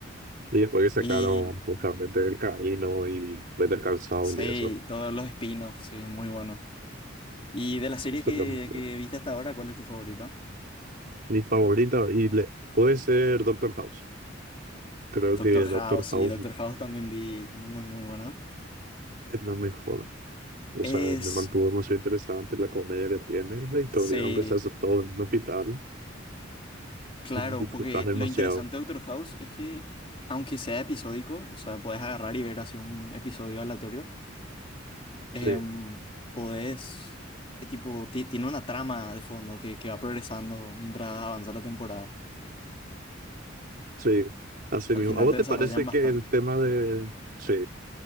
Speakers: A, on the right; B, on the left.
A: Y después que
B: Y
A: sacaron justamente el camino y ver el calzado
B: sí,
A: y eso.
B: todos los spin-offs, sí, muy buenos. Y de las series
A: Eso
B: que,
A: es lo mismo.
B: que viste hasta ahora, ¿cuál es tu favorita?
A: Mi favorita, y le, puede ser Doctor House. Creo
B: Doctor
A: que
B: House,
A: Doctor House
B: sí, Doctor House también vi muy, muy buena.
A: es la mejor. O
B: Es,
A: sea, me mantuvo muy interesante la comedia que tiene y la historia
B: sí,
A: donde se hace todo en un hospital.
B: claro,
A: Disfrutas
B: porque
A: demasiado.
B: lo interesante de Doctor House es que, aunque sea episódico, o sea, puedes agarrar y ver así un episodio aleatorio, em,
A: Sí,
B: podés, eh, tipo, ti- tiene una trama de fondo que, que va progresando mientras avanza la temporada.
A: sí, así
B: Al
A: mismo.
B: final
A: ¿A vos
B: te
A: te
B: desarrollan
A: parece
B: bastante.
A: que el tema de... Sí,